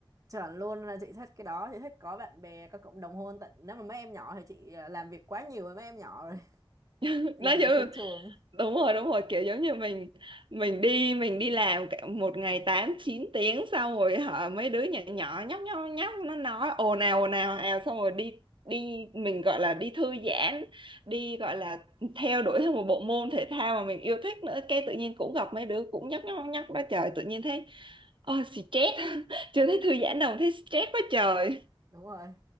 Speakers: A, on the right; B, on the right.
A: Chuẩn luôn là chị thích cái đó, chị thích có bạn bè, có cộng đồng hơn tận nếu mà mấy em nhỏ thì chị à, làm việc quá nhiều với mấy em nhỏ rồi, <laughs>
B: <laughs>
A: thì
B: nói
A: làm
B: gì
A: việc trên trường.
B: đúng rồi đúng rồi kiểu giống như mình mình đi mình đi làm cả một ngày 8 9 tiếng xong rồi hả mấy đứa nhỏ nhỏ nhóc nhóc nhóc nó nói ồn ào ồn ào ào xong rồi đi đi mình gọi là đi thư giãn đi gọi là theo đuổi theo một bộ môn thể thao mà mình yêu thích nữa cái tự nhiên cũng gặp mấy đứa cũng nhóc nhóc nhóc đó trời tự nhiên thấy oh, stress <laughs> chưa thấy thư giãn đâu thấy stress quá trời
A: Đúng rồi.